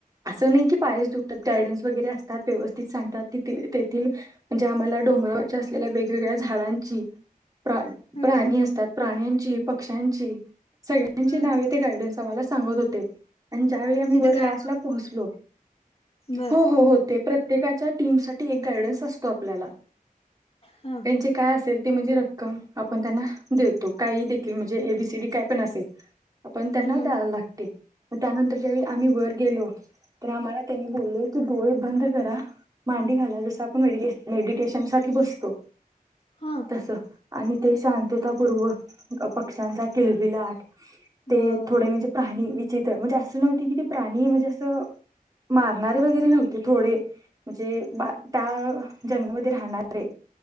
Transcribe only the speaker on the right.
असं नाही की पायच दुखतात गायडन्स वगैरे असतात व्यवस्थित सांगतात तेथे तेथील म्हणजे आम्हाला डोंगरावरच्या असलेल्या वेगवेगळ्या झाडांची प्रा
प्राणी असतात प्राण्यां ची पक्ष्यांची सगळ्यांचे
नाव ते गार्डनस आम्हाला सांगत होते आणि ज्यावेळी आम्ही
वर
लास्टला पोहोचलो
हो हो हो ते प्र त्येकाच्या टीम साठी एक गायडन्स असतो आपल्याला
त्यांचे काय असेल ते म्हणजे रक्कम आपण त्यांना देतो काही देखील म्हणजे ए बी सी डी काय पण असेल आपण त्यांना
द्याला लागते म त्यानंतर ज्यावेळी आम्ही वर गेलो तर आम्हाला त्यांनी बोल्ले की डोळे बंद करा मांडी घाला जसं आपण मेडीटेश मेडिटेशन साठी बसतो
तस आणि ते शांततापूर्वक पक्ष्यांचा किलबिलाट ते
थोडे म्हणजे प्रा -- विचित्र म्हणजे अस नव्हत कि ते प्राणी म्हणजे अस मारणारे वैगेरे नव्हते थोडे म्हणजे -- त्या जंगलमध्ये राहणारे